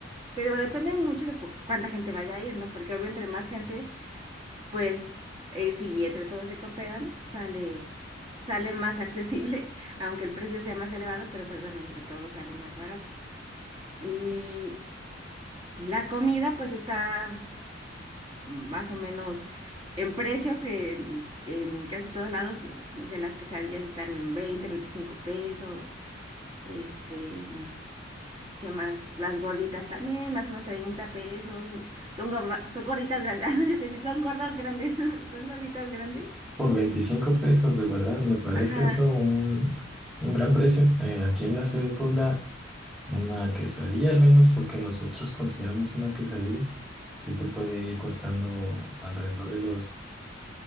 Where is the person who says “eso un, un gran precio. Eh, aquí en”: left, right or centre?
Centre